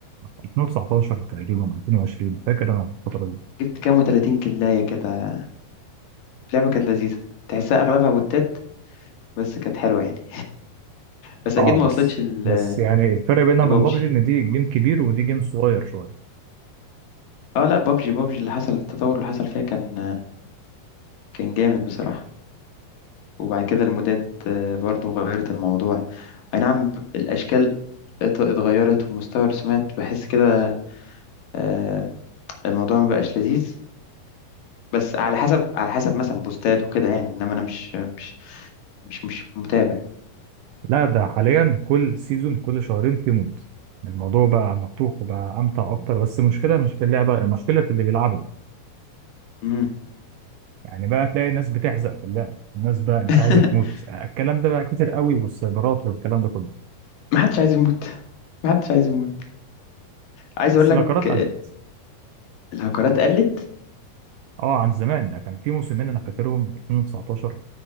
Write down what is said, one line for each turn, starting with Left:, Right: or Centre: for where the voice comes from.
Right: 2019 تقريبا 2020 فاكر انا الفترة دي
Left: جبت كام و30 كلايه كده اللعبه كانت لذيذه تحسها اغلبها بوتات بس كانت حلوه يعني بس
Right: اه
Left: اكيد
Right: بس
Left: ما وصلتش ل-
Right: بس يعني الفرق بينها
Left: لبابجي
Right: وبين بابجي ان دي جيم كبير ودي جيم صغير شوية
Left: اه لا بابجي بابجي اللي حصل التطور اللي حصل فيها كان كان جامد بصراحه وبعد كده المودات آه، برضو غيرت الموضوع اي نعم ب- الاشكال ات- اتغيرت ومستوى الرسومات بحس كده آه، الموضوع ما بقاش لذيذ بس على حسب على حسب مثلا بوستات وكده يعني انما انا مش مش مش مش متابع
Right: لا ده حاليا كل سيزون كل شهرين في مود الموضوع بقى مفتوح وبقى امتع اكتر بس المشكله مش في اللعبه المشكله في اللي بيلعبوا
Left: امم
Right: يعني بقى تلاقي ناس بتحزق في اللعب وناس بقى مش
Left: <laughs>
Right: عايزه تموت الكلام ده بقى كتير قوي والسيرفرات والكلام ده كله
Left: ما حدش عايز يموت ما حدش عايز يموت عايز
Right: بس
Left: اقول لك
Right: الاكارات قلت
Left: آه، الهكرات قلت
Right: اه عن زمان ده كان في موسمين انا فاكرهم 2019